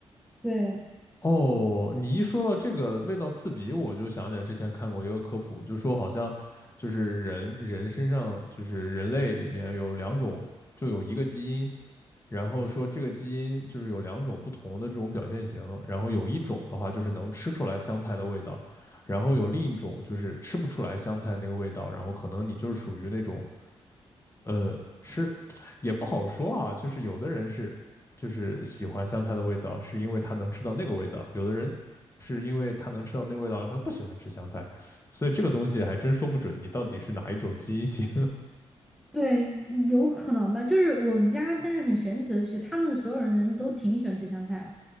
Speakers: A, in the centre; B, on the left.
A: 对，
B: 哦，你一说到这个味道刺鼻，我就想起来之前看过一个科普，就说好像就是人人身上就是人类里面有两种，就有一个基因。然后说这个基因就是有两种不同的这种表现型，然后有一种的话就是能吃出来香菜的味道，然后有另一种就是吃不出来香菜那个味道，然后可能你就是属于那种呃吃也不好说啊，就是有的人是就是喜欢香菜的味道，是因为他能吃到那个味道，有的人是因为他能吃到那个味道，让他不喜欢吃香菜，所以这个东西还真说不准你到底是哪一种基因型
A: 对，有可能吧。就是我们家，但是很神奇的是，他们所有人人都挺喜欢吃香菜的。